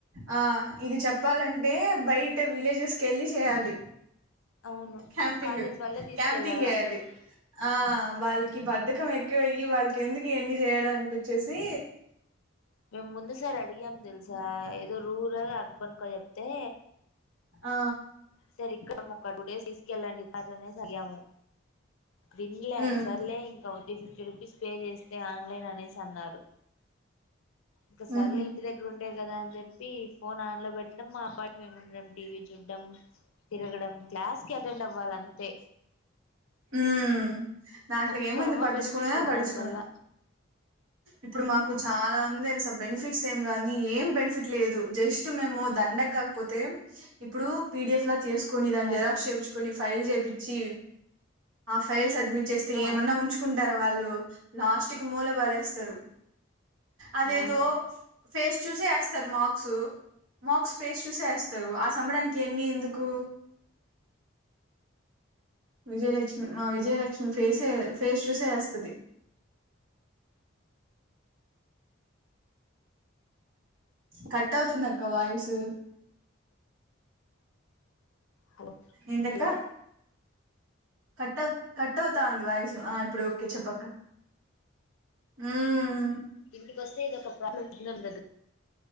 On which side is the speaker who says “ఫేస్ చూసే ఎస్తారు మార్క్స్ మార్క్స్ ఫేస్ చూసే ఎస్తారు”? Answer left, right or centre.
Right